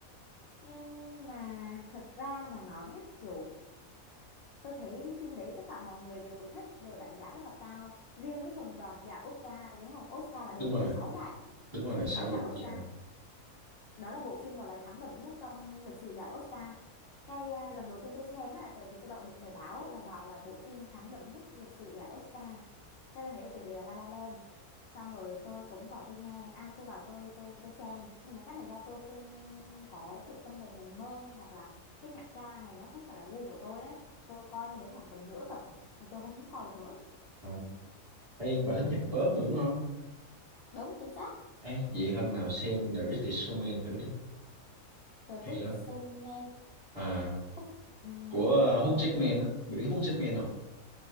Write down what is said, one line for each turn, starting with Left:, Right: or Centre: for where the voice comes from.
Left: Nhưng mà thật ra mà nói nhá kiểu tôi thấy phim đấy tất cả mọi người đều thích rồi đánh giá rất là cao riêng cái phần đoạt giải Oscar đúng không Oscar là được
Right: đúng rồi
Left: 6 giải
Right: đúng rồi
Left: được
Right: sao
Left: 6
Right: vậy
Left: giải Oscar
Right: trời
Left: đó là bộ phim gọi là thắng đậm nhất trong lịch sử giải Oscar cái à, lần đầu tiên tôi xem á tại vì tôi đọc được bài báo là bảo là bộ phim thắng đậm nhất lịch sử giải Oscar cái tôi thấy từ đề là La La Land xong rồi tôi cũng vào tôi nghe à tôi vào tôi tôi tôi xem nhưng mà chắc là do tôi không có kiểu tâm hồn mộng mơ hoặc là cái nhạc tra này nó không phải là gu của tôi á tôi coi đâu đấy khoảng tầm nửa tập à, mà tôi không muốn coi được nữa
Right: Thôi, Ê, bà thích nhạc pop mà đúng không
Left: đúng chính xác
Right: Ê, vậy hôm nào xem The Greatest Showman thử đi
Left: The
Right: hay
Left: Greatest
Right: lắm
Left: Showman
Right: à
Left: Uf, ừm,
Right: của ờ, Hugh Jackman á biết Hugh Jackman không